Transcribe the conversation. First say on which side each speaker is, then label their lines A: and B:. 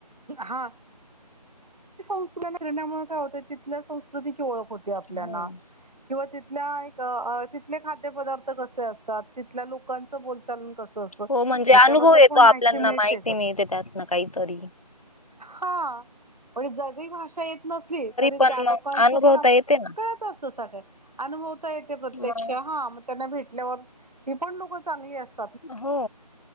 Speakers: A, on the right (about 70°); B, on the left (about 55°).
A: हा. संस्कृतीण्यामुळे काय होत तिथल्या संस्कृतीची ओळख होते आपल्याना
B: हम्म.
A: किंवा त. तिथ तिथले खाद्य पदार्थ कसे असतात तिथल्या लोकांचं बोलचालन कस.
B: हो म्हणजे
A: हच्याबद्दल
B: अनुभव येतो
A: पण माहिती
B: आपल्याना
A: मिळ
B: माहिती
A: त्याच.
B: मिळते त्यातन काहीतरी
A: हा म्हणजे जरी भाषा येत. नसली तरी
B: पण
A: त्या
B: मग
A: लोकांच
B: अनुभवता
A: पण
B: येते ना
A: कळत असत सगळ अनुभव. प्रत्यक्ष
B: मग
A: हा मग त्यांना भेटल्यावर ती पण लोक चांगली असात.
B: हो.